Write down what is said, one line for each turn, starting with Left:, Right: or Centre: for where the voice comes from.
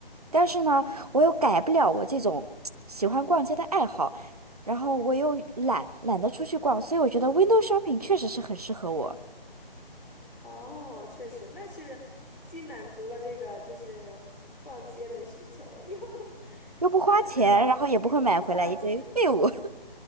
Right: 但是呢，我又改不了我这种喜欢逛街的爱好，然后我又懒，懒得出去逛，所以我觉得 window shopping 确实是很适合我，
Centre: 哦，确实，那其实既满足了这个就是逛街的需求，又 <laughs>
Right: 又不花钱，
Centre: 呃，然后又又不花钱。
Right: 然后也不会买回来一堆废物。